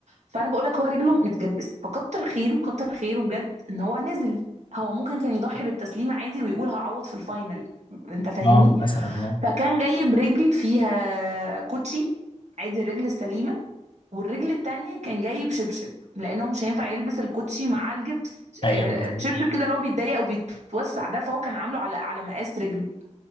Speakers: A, on the right; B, on the left.
A: فانا بقول لك هو رجله متجبسه فكتر خيره كتر خيره بجد ان هو نزل هو ممكن كان يضحي بالتسليم عادي ويقول هعوض في الفاينل انت فاهمني
B: اه مثلا اه
A: فكان جايب رجل فيها كوتشي عادي الرجل السليمه والرجل التانية كان جايب شبشب لانه مش هينفع يلبس الكوتشي مع الجبس
B: ايوه
A: آه،
B: مظبوط
A: شبشب كده اللي هو بيتضيق وبيتوسع ده فهو كان عامله على على مقاس رجله